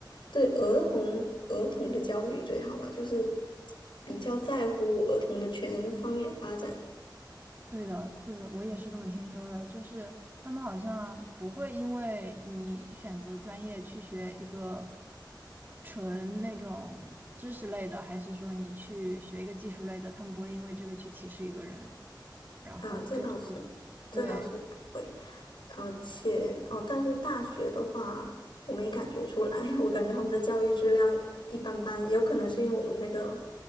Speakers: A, on the left; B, on the right.
A: 对儿童儿童的教育最好吧，就是比较在乎儿童的全方面发展
B: 对的，对的，我也是这么听说的。就是他们好像不会因为你选择专业去学一个纯那种知识类的，还是说你去学一个技术类的，他们不会因为这个去歧视一个人。然后就是，
A: 啊，这倒是，这倒是不会。
B: 对，
A: 而且哦，但是大学的话，我没感觉出来，<laughs> 我感觉他们的教育质量一般般，有可能是因为我们那个